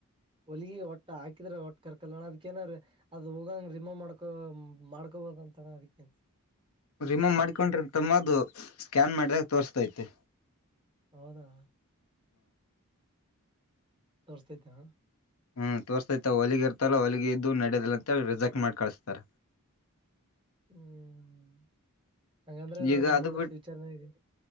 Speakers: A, on the right; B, on the left.
A: ಹೊಲಗಿ ವೊಟ್ಟೆ ಹಾಕಿದ್ರೆ ವೊಟ್ಟ ಕರ್ಕಲೋಣ ಅದ್ಕೇನರೇ ಅದ ಹೋಗಂಗ ರಿಮೋವ್ ಮಾಡ್ಕೊ ಮಾಡ್ಕೊಬೋದ ಅಂತಣ ಅದಕ್ಕೆ.
B: ರಿಮೂವ್ ಮಾಡ್ಕೊಂಡ್ರೆ ತಮ್ಮ ಅದು ಸ್ಕ್ಯಾನ್ ಮಾಡಿದಾಗ ತೋರ್ಸತೈತೆ.
A: ಹೌದಾ. ತೋರ್ಸತೈತಿ ಅಣ್ಣ.
B: ಹ್ಮ್ ತೋರ್ಸ್ತೈತೆ ಹೊಲಿಗಿ ಇರ್ತವಲ್ಲಾ ಹೋಲಿಗಿ ಇದ್ದು ನಡದಿಲ್ಲ ಅಂತ ಹೇಳಿ ರಿಸೆಕ್ಟ್ ಮಾಡಿ ಕಳಸ್ತಾರ.
A: ಹ್ಮ್. ಹಂಗಂದ್ರೆ ನಾನು
B: ಈಗ ಅದು
A: ಮುಂದ
B: ಬಿಟ್ಟ
A: ಫ್ಯೂಚರ್ನಾಗ